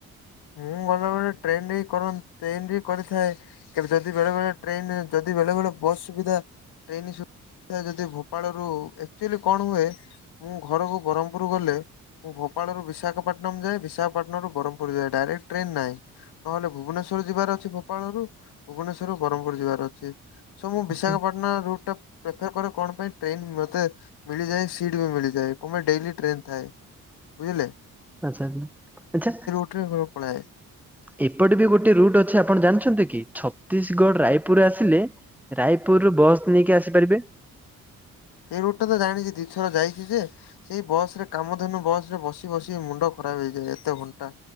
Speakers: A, on the left; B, in the centre.
A: ମୁଁ ଗଲାବେଳେ ଟ୍ରେନ ରେ କରନ୍ତି ଟ୍ରେନ କରିଥାଏ। କେବେ ଯଦି ବେଳେ ବେଳେଟ୍ରେନ ଯଦି ବେଳେ ବେଳ ବସ୍ ସୁବିଧା ଟ୍ରେନ ସୁବିଧାଯଦି ଗୋପାଳ ରୁ ଆକୁଆଲି କଣ ହୁଏ? ମୁଁଘରକୁ ବ୍ରହ୍ମପୁର ଗଲେ ଗୋପାଳରୁ ବିଶାଖପାଟନମ ଯାଏ ବିଶାଖାପାଟଣମରୁ ବ୍ରହ୍ମପୁର। ପୁରୀ ରେ ଡାଇରେକ୍ଟ ଟ୍ରେନ ନାଇ। ନହେଲେ ଭୁବନେଶ୍ଵର ଯିବାର ଅଛି ଭୋପାଳରୁ ଭୁବନେଶ୍ଵରରୁ ବ୍ରହ୍ମପୁର ଯିବାର ଅଛି। ସବୁ
B: ଆଚ୍ଛା
A: ବିଶାଖାପାଟଣା ରୁଟ୍ ଟା ବେକାର କରେ କଣ ପାଇଁ ଟ୍ରେନ ବୋଧେ ମିଳିଯାଏ ସିଟ ବି ମିଳିଯାଏ କମ ପାଇଁ ଡେ଼ଲି ଟ୍ରେନ ଥାଏ ବୁଝିଲେ।
B: ଆଛା, ଆଛା।
A: ଟ୍ରେ ଘରୁକୁ ପଳାଏ।
B: ଏପଟେ ବି ଗୋଟେ ରୁଟ ଅଛି ଆପଣ ଜାଣିଛନ୍ତି କି? ଛତିଶଗଡ଼, ରାୟପୁର ଆସିଲେ ରାୟପୁରରୁୁ ବସ୍ ନେଇକି ଆସିପାରିବେ!
A: ସେଇ ରୁଟଟା ତ ଜାଣିଛି, ଦିଇଥର ଯାଇଛି ଯେ! ସେଇ ବସ୍ ରେ କାମଧେନୁ ବସ୍ ରେ ବସି ବସି ମୁଣ୍ଡ ଖରାପ ହେଇଯାଏ, ଏତେ ଘଣ୍ଟା।